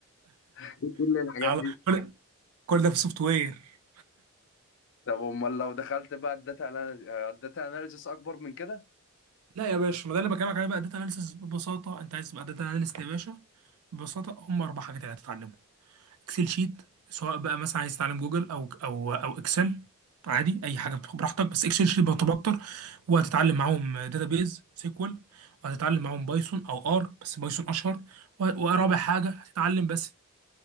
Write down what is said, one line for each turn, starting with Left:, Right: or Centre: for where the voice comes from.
Left: <laughs> ايه كل الحاجات دي
Right: ال كل كل ده في سوفت وير
Left: طب امال لو دخلت بقى الداتا الداتا اناليسز اكبر من كده
Right: لا يا باشا ما ده اللي بكلمك عليه بقى داتا اناليسيس ببساطه انت عايز تبقى داتا اناليست يا باشا ببساطه هم اربع حاجات اللي هتتعلمهم اكسل شيت سواء بقى مثلا عايز تتعلم جوجل او او او اكسل عادي اي حاجه بتاخد براحتك بس اكسل شيت بتبقى اكتر وهتتعلم معاهم داتابيز سيكوال وهتتعلم معاهم بايثون او ار بس بايثون اشهر و- ورابع حاجه هتتعلم بس